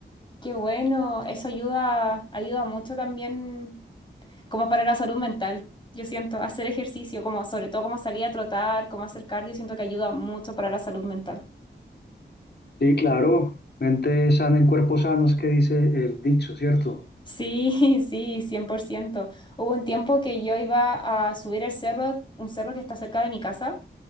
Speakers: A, on the left (about 25°); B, on the left (about 60°).
A: Qué bueno, eso ayuda, ayuda mucho también como para la salud mental. Yo siento hacer ejercicio, como sobre todo como salir a trotar, como hacer cardio, siento que ayuda mucho para la salud mental.
B: Sí, claro, mente sana en cuerpo sano es que dice el dicho, ¿cierto?
A: Sí, <laughs> sí, 100%. Hubo un tiempo que yo iba a subir el cerro, un cerro que está cerca de mi casa,